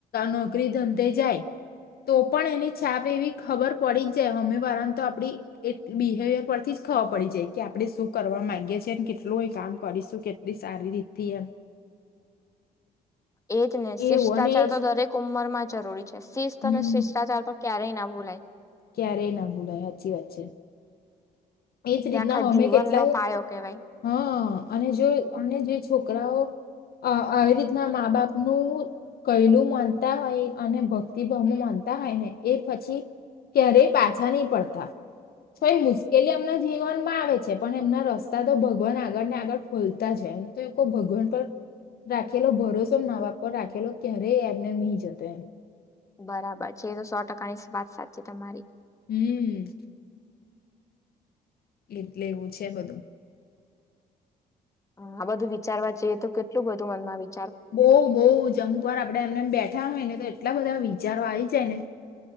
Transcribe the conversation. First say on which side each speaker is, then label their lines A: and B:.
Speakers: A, on the left (about 60°); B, on the left (about 15°).
A: નોકરી ધંધે જાય. તો પણ એની છાપ એવી ખબર પડી જ જાય હમમે વારાને તો આપ આપણે એ બિહેવિયર પરથી જ ખબર પડી જાય કે આપણે શું કરવા માંગીએ છીએ ને કેટલું એ કામ કરીશું. કેતલી સારી દીતી એ
B: એજ ને શિષ્ટાચાર
A: એવું અને એજ
B: તો દરેક ઉંમર માં જરૂરી છે શિસ્ત
A: હમ
B: અને શિષ્ટાચાર તો ક્યારેય ના બોલાય.
A: ક્યારેય ના ભૂલાય સાચી વાત છે. એજ
B: એટલે
A: રીતના
B: આખા
A: અમે
B: જીવનનો
A: કેટલાય
B: પાયો કેવાય.
A: હા. અને જો અને જે છોકરાઓ અ આવી રીતના મા બાપ નું કૈલું માનતા હોય અને ભક્તિભાવો માનતા. હોય ને એ પછી ક્યારેય પાછા નહી પડતા. છય મુશ્કેલી એમના જીવનમાં આવે છે પણ એમના ર તો ભગવાન આગળ ને આગળ ખોલતા જ તો એ લોકો ભગવાન પર રાખેલો ભરોસો નાવાપ રાખેલો ક્યારેય એમને નહી જતો એમ
B: બરાબર છે તો સો ટકાની વાત સાચ છે તમારી.
A: હમ. એટલે એવું છે બધું.
B: હ આ બધું વિચારવા જઈએ તો કેટલું બધું મનમાં વિ
A: બઉ બહ જમુકવાર આપડે એમનેમ બેઠા હોય ને તો. એટલા બધા વિચારો આવી જાય ને